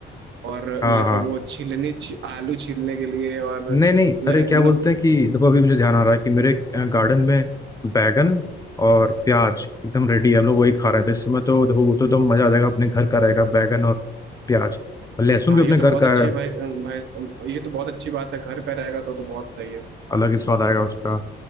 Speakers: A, on the right; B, on the left.
A: और
B: हाँ
A: ल,
B: हाँ
A: वो छीलनी छी- आलू छीलने के लिए और
B: नहीं नहीं
A: लह,
B: अरे क्या
A: मतलब
B: बोलते हैं कि देखो अभी मुझे ध्यान आ रहा है कि मेरे गार्डन में बैगन और प्याज एकदम रेडी है हम लोग वही खा रहे थे इस समय तो देखो वो तो एकदम मजा आ जाएगा अपने घर का रहेगा बैगन और प्याज और लहसुन
A: हाँ
B: भी अपने
A: ये
B: घर
A: तो बहुत
B: का
A: अच्छी
B: है
A: है भाई अ, भाई अ, ये तो बहुत अच्छी बात है घर का रहेगा तो तो बहुत सही है
B: अलग ही स्वाद आएगा उसका